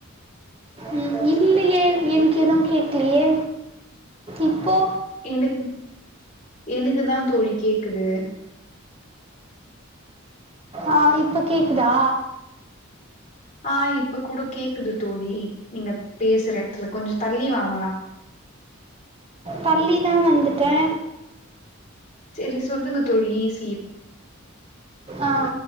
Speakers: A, on the right; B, on the left.
A: ம் இல்லியே எனக்கு எதும் கேக்லியே இப்போ?
B: எனுக் எனுக்கு தா தோழி கேக்குது.
A: ஆ இப்ப கேக்குதா?
B: ஆ இப்ப கூட கேக்குது தோழி நீங்க பேசுற எட்த்துல கொஞ்சோ தள்ளி வாங்களே.
A: தள்ளி தா வந்துட்டே.
B: செரி சொல்லுங்க தோழி ஸ்
A: ஆ.